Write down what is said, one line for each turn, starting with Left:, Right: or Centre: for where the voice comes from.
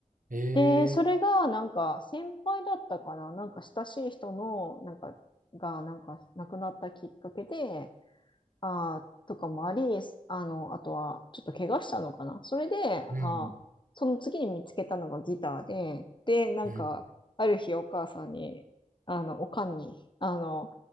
Right: ええ
Left: で、それが、なんか、先輩だったかな、なんか、親しい人の、なんか、が、なんか、亡くなったきっかけで、あーとかもあり、あの、あとは、ちょっと怪我したのかな。それで、
Right: うん、
Left: あー、その次に見つけたのがギターで、で、なんか、
Right: うん、
Left: ある日お母さんに、あの、おかんに、あの、